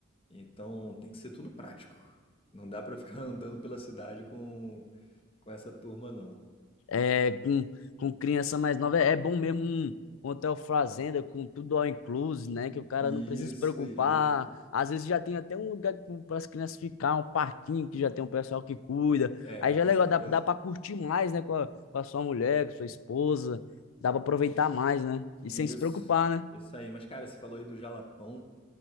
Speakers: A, on the left; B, on the left.
A: Então tem que ser tudo prático. Não dá pra ficar <laughs> andando pela cidade com com essa turma, não.
B: é, com, com criança mais nova. É bom mesmo um, um hotel fazenda com tudo all inclusive, né? Que o cara
A: Isso,
B: não precisa se preocupar.
A: isso.
B: Às vezes já tem até um lugar para as crianças ficar, um parquinho que já tem um pessoal que cuida.
A: É,
B: Aí já
A: com
B: é legal,
A: certeza.
B: dá, dá para curtir mais, né? Com a, com a sua mulher, com a sua esposa. Dá para aproveitar mais, né? E sem
A: Isso.
B: se preocupar, né?
A: Isso aí. Mas, cara, você falou aí do Jalapão.